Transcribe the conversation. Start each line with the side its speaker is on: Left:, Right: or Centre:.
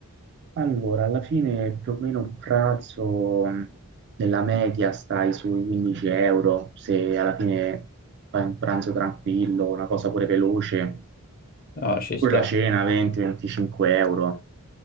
Right: allora, alla fine più o meno un pranzo mh, nella media stai sui 15 euro, se alla fine fai un pranzo tranquillo, una cosa pure veloce,
Left: No, ci sta,
Right: pure la cena 20-25 euro.